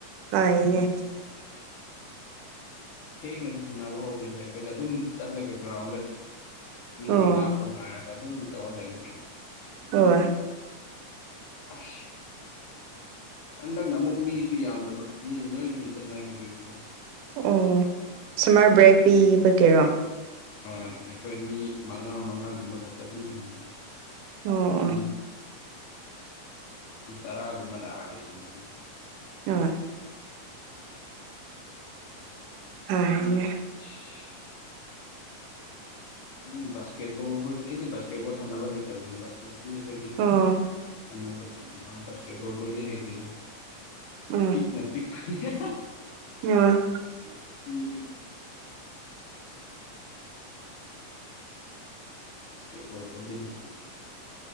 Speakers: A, on the right (about 80°); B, on the left (about 70°).
A: ꯐꯥꯏꯌꯦꯅꯦ
B: ꯊꯦꯡꯅ ꯗꯨꯝ ꯁꯥꯟꯅꯕ ꯍꯧꯒꯤꯕꯗ ꯑꯩꯈꯣꯏꯗ ꯑꯗꯨꯝ ꯆꯠꯂꯒ ꯒ꯭ꯔꯥꯎꯟꯗ ꯃꯤ
A: ꯑꯣ
B: ꯂꯥꯛꯄ ꯉꯥꯏꯔꯒ ꯑꯗꯨꯝ ꯇꯧꯔ ꯂꯩꯕꯒꯤ
A: ꯍꯣꯢ
B: ꯑꯁ ꯍꯟꯗꯛꯅ ꯑꯃꯨꯛ ꯃꯤꯁꯨ ꯌꯥꯝꯗꯕ ꯃꯤ ꯂꯣꯏ ꯌꯨꯝ ꯆꯠꯅꯈꯤꯕꯩꯀꯣ
A: ꯑꯣ ꯁꯝꯃꯔ ꯕ꯭ꯔꯦꯛ ꯄꯤꯕꯒꯤꯔꯣ?
B: ꯍꯣꯏ ꯑꯩꯈꯣꯏ ꯃꯤ ꯃꯉꯥ ꯃꯉꯥꯒꯨꯝꯕ ꯈꯛꯇ ꯗꯨꯝ ꯁꯥꯟꯅꯕꯅꯤ
A: ꯑꯣ ꯑꯣ
B: ꯃꯤ ꯃꯤ ꯇꯔꯥꯒꯨꯝꯕ ꯂꯥꯛꯑꯗꯤ ꯁꯥꯅꯗꯨꯏꯅꯦ
A: ꯑꯣ ꯐꯥꯏꯅꯦ
B: ꯁꯤ ꯃꯤ ꯕꯥꯁꯀꯦꯠꯕꯣꯜ ꯍꯣꯢ ꯑꯩꯗꯤ ꯕꯥꯁꯀꯦꯠꯕꯣꯜ ꯁꯥꯟꯅꯕ ꯍꯩꯇꯕꯅꯦꯕ ꯃꯤ ꯑꯇꯩꯗꯤ
A: ꯑꯣ
B: ꯁꯥꯅꯕ ꯁꯨꯝ ꯌꯥꯎ ꯕꯥꯁꯀꯦꯠꯕꯣꯜ ꯈꯣꯏꯗꯤ ꯍꯩꯇꯦꯗ
A: ꯑꯣ
B: ꯄꯤꯛꯅ ꯄꯤꯛ ꯐꯥꯖꯩꯍꯦ
A: ꯍꯣꯏ
B: ꯃꯤ ꯕꯥꯁꯀꯦꯠꯕꯣꯜ ꯈꯣꯢꯗꯤ ꯍꯩꯇꯦ